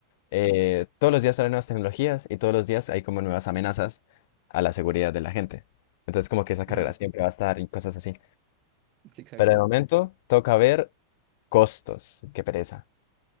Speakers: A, on the left; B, on the right.
A: eh, todos los días salen nuevas tecnologías y todos los días hay como nuevas amenazas a la seguridad de la gente. Entonces, como que esa carrera
B: Ajá.
A: siempre va a estar y cosas así.
B: Sí, exacto.
A: Pero de momento toca ver costos. Qué pereza.